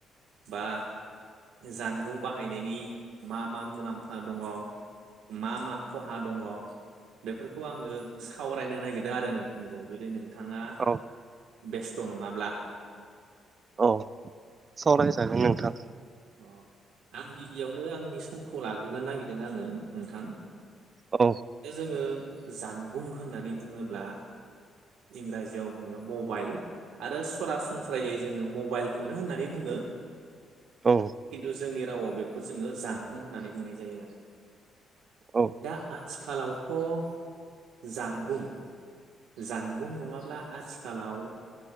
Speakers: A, on the right; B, on the right.
A: बा जानबुं बाहायनायनि मा मा मुलाम्फा दङ? मा मा खहा दङ। बेफोरखौ आङो सावरायनो नागिरदों आरो नोंथांजों जुदि नोंथाङा
B: औ
A: बेस खस्थ' नङाब्ला
B: अ सावरायजागोन नोंथां।
A: अ आं गिबियावनो आंनि समखौ लाग्रोनो नागिरदों आङो नोंथां।
B: औ
A: दा जोङो जानबुं होननानै बुङोब्ला इंराजियाव बुङो मबाइल। आरो सरासनस्रायै जोङो मबाइलखौनो होननानै बुङो।
B: औ
A: खिन्थु जोंनि रावाव बेखौ जोङो जानांगौ होननानै बुंनाय जायो आरो।
B: औ
A: दा आथिखालावथ' जानबुं। जानबुं नङाब्ला आथिखालाव।